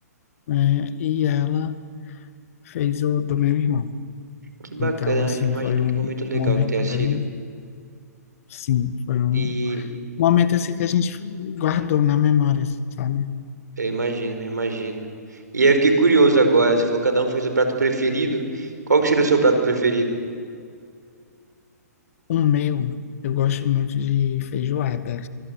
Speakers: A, on the left; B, on the right.
A: né? E ela fez o do meu irmão.
B: que bacana.
A: Então, assim,
B: acho- Imagino
A: foi um
B: que momento legal
A: momento
B: que tenha sido.
A: bem, sim, foi um
B: E
A: momento assim que a gente guardou na memória, sabe?
B: eu imagino, eu imagino. E aí eu fiquei curioso agora. Você falou que cada um fez o prato preferido. Qual que seria o seu prato preferido?
A: O meu, eu gosto muito de feijoada.